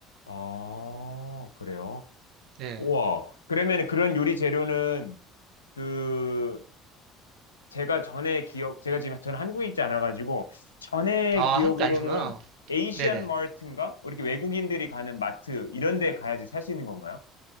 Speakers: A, on the left; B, on the right.
A: 아, 그래요?
B: 네.
A: 우와. 그러면 그런 요리 재료는 그 제가 전에 기억, 제가 지금 저는 한국에 있지 않아가지고 전에
B: 아,
A: 기억으로는
B: 한국이 아니구나.
A: 에이시안
B: 네네.
A: 마트인가? 이렇게 외국인들이 가는 마트 이런 데 가야지 살 수 있는 건가요?